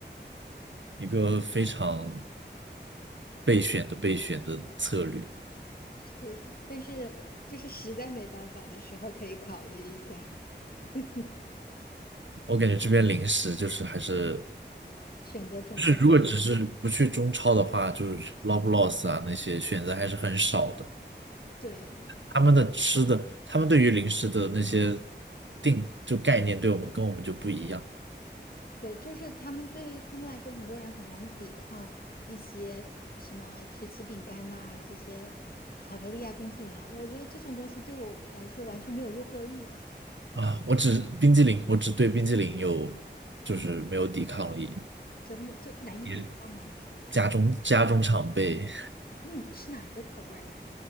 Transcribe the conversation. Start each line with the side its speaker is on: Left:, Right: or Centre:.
Right: <laughs> 一个非常备选的备选的策略。
Left: <laughs> 是的，但是就是实在没办法的时候，可以考虑一下 <laughs>
Right: 我感觉这边零食就是还是
Left: 选择种类。
Right: 就是如果只是不去中超的话，就是 Loblaws 啊那些选择还是很少的。
Left: 对，
Right: 他们的吃的，他们对于零食的那些定就概念，对我们跟我们就不一样
Left: 对，就是他们对于他们来说，很多人很难抵抗一些什么曲奇饼干呐、这些巧克力啊、冰淇淋啊，我觉得这种东西对我来说完全没有诱惑力的，
Right: 啊。我只冰激凌，我只对冰激凌有就是没有抵抗力，
Left: 真的就难以抵抗吗？
Right: 也家中家中常备，
Left: 那你吃哪一个口味儿的？